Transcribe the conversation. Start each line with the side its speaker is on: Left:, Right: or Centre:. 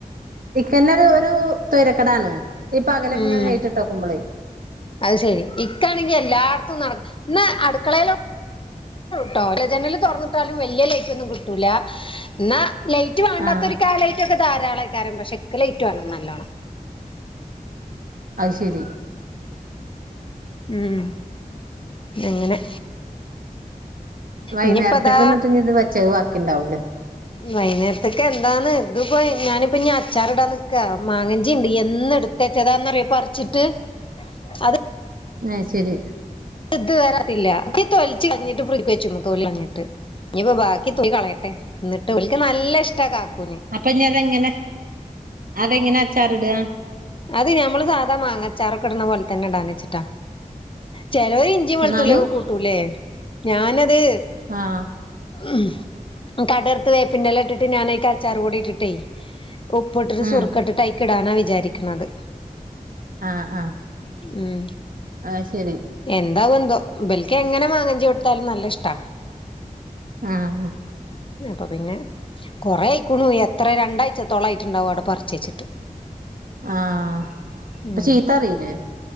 Right: ഇക്കന്നെരു ഒരു തോയ്രക്കേടാണ്. പകലൊക്കെ
Left: ഉം
Right: ഇങ്ങനെ ലൈറ്റ്ട്ടകുംബ്ലെ
Left: അത് ശെരി ഇക്കാണെങ്കി എല്ലാട്ത്തും നട ഇന്നാ അട്ക്കളേലോ. ട്ടോ ജനൽ തുറന്നിട്ടാലും വല്യ ലൈറ്റ് ഒന്നും കിട്ടൂല ഇന്ന ലൈ ലൈറ്റ് വാണ്ടാത്ത
Right: ആഹ്
Left: ഒരു കാലായിറ്റൊക്കെ ധാളായികാരം പക്ഷേ ഇക്ക് ലേറ്റ് വാണം നല്ലോണം.
Right: അത് ശരി
Left: ഉം അങ്ങനെ
Right: വൈന്നേരത്ത്ക്ക്ന്നട്ട്
Left: ഇനിയിപ്പതാ
Right: ഞ്ഞ് ത് വെച്ചത് ബാക്കിണ്ടാവൂല്ലേ
Left: വൈന്നേരത്ത്ക്കെന്താന്ന് തിപ്പോ ഞാനിപ്പ ഞ്ഞി അച്ചാർടാൻ നിക്കാ. മാങ്ങഞ്ചി ഇണ്ട്. എന്ന് എടു പ്പെച്ചതാന്നറിയോ പർച്ചിട്ട് അത് --
Right: അത്ശരി
Left: <unintelligible> വരത്തില്ല <inaudible> തൊലിച്ച് കഴഞ്ഞിട്ട് ഫ്രിജ് വച്ച് തൊലി കളഞ്ഞിട്ട് നിയിപ്പൊ ബാക്കി തൊലി കളയട്ടെ. ന്നിട്ട് ഓൽക്ക് നല്ലഷ്ടാ കാക്കൂന്
Right: അപ്പനി അതെങ്ങനെ, അതെങ്ങനെ അച്ചാറിടുക
Left: അത് ഞമ്മള് സാധാ മാങ്ങച്ചാറൊക്കെ ട്ണ പോൽ തന്നെ ഇടാന്നിച്ചിട്ടാ ചിലോരിഞ് ഇഞ്ചിയും വെളുത്തുള്ളിയൊക്കെ
Right: എന്നാലും
Left: കൂട്ടൂല്ലേ ഞാനത്
Right: ആഹ്
Left: ഉം അപ്പതെട്ർത്ത് വേപ്പിന്റെല ഇട്ടിട്ട് ഞാനയ്ക്കച്ചാറ് പൊടിട്ടിട്ടേയ് ഉപ്പിട്ടിട്ട്
Right: ഉം
Left: സുറുക്ക ഇട്ടിട്ട് അയിക്കിടാനാ വിചാരിക്കണത്
Right: ആഹ് ആഹ്
Left: ഉം
Right: അയ്ശരി
Left: എന്താവുന്തോ. ഇബൽക്ക് എങ്ങനെ മാങ്ങഞ്ചി കൊടുത്താലും നല്ല ഇഷ്ടാ..
Right: ആഹ്
Left: അപ്പ പിന്നെ കുറേ ആയിക്കോണു എത്ര രണ്ടാഴ്ചത്തോളം ആയിട്ടുണ്ടാവും അവിടെ പറിച്ച് വച്ചിട്ട്
Right: ആഹ്
Left: ഉം
Right: അപ്പൊ ചീത്തറിയില്ലേ